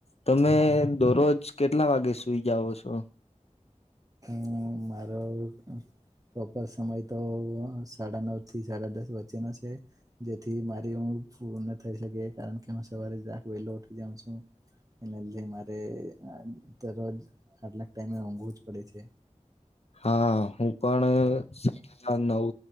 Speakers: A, on the left; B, on the right.
A: તમે દરરોજ કેટલા વાગે સુઈ જાઓ છો?
B: હું મારો પ્રોપર સમય તો તોવા સાડા નવ થી સાડા દસ વચ્ચેનો છે. જેથી મારી હુગ પૂર્ણ થઈ શકે કારણ કે હું સવારે જાક વેલો ઉઠી જાવ છું. એના લીધે મારે આ તરરોજ આટલાક ટાઈમે ઉંઘવું જ પડે છે.
A: હા હું પણ સા <inaudible> નવ